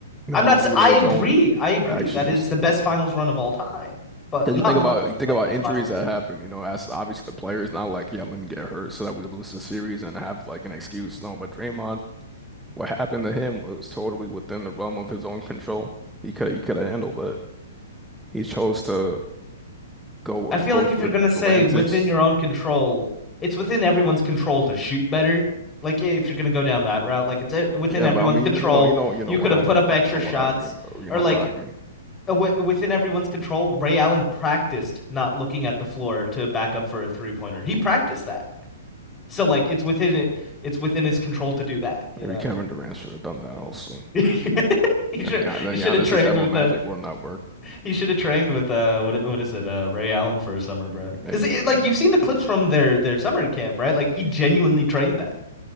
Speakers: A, in the centre; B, on the left.
A: that
B: I'm not.
A: was
B: s-
A: due
B: I
A: to his
B: agree.
A: own
B: I agree
A: actions.
B: that it's the best finals run of all time, but
A: Because
B: not
A: you think
B: run,
A: about
B: but,
A: you think
B: but
A: about
B: best
A: injuries
B: finals series.
A: that happen, you know, as obviously the players not like, yeah, let me get hurt so that we lose the series and have like an excuse. No, but Draymond. what happened to him was totally within the realm of his own control. He could he could have handled it. He chose to go
B: I feel
A: go
B: like
A: to
B: if you're
A: his
B: gonna
A: usual
B: say
A: antics.
B: within your own
A: And,
B: control,
A: uh,
B: it's within everyone's control to shoot better. Like if you're gonna go down that route, like it's uh, within
A: yeah,
B: everyone's
A: but I mean,
B: control.
A: you know, you know, you
B: You
A: know what
B: could have
A: I
B: put
A: mean.
B: up extra
A: You know
B: shots,
A: what I mean. though. You
B: or
A: know
B: like
A: what I mean.
B: uh, wi- within everyone's control. Ray Allen practiced not looking at the floor to back up for a three pointer. He practiced that. So like it's within it, it's within his control to do that, you
A: Maybe
B: know.
A: Kevin Durant should have done that also.
B: <laughs> He should
A: And yeah, then
B: he should
A: Gian-
B: have
A: then
B: trained
A: Giannis the Devil
B: with
A: Magic
B: uh
A: would not work.
B: he should have trained with uh what what is it uh Ray Allen for a summer, bro.
A: Maybe,
B: Because it,
A: man.
B: like you've seen the clips from their their summer camp, right? Like he genuinely trained that. <laughs>